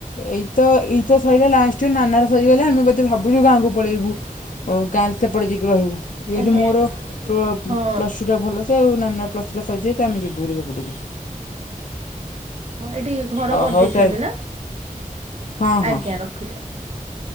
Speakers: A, on the left; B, on the right.
A: ଏଇତ -ଏଇତ ସରିଲା ଲାଷ୍ଟେରେ ନାନାର ସରିଗଲା ଆମେ ବୋଧେ ଭାବୁଚୁ ଗାଁକୁ ପଳେଇବୁ। ଓ ଗାଁରେ ସେପଟେ ଯାଇକି ରହିବୁ। ଟିକେ
B: ଓହୋ
A: ଯଉ ମୋର ପ୍ଲ-ପ୍ଲସ୍
B: ହଁ।
A: ଟୁ ଟା ଭଲସେ ଆଉ ନାନ ପ୍ଲସ୍ ଥ୍ରୀ ସରିଯାଇଥାଏ ତ ଆମେ ଯିବୁ ସେପଟକୁ।
B: ହଁ ଏଠି ଘର
A: ଅ
B: କରିଦେଇଚନ୍ତି
A: ହଉ ତାହେଲେ
B: ନା-
A: ହଁ ହଁ
B: ଆଜ୍ଞା କରିଦିଅନ୍ତୁ।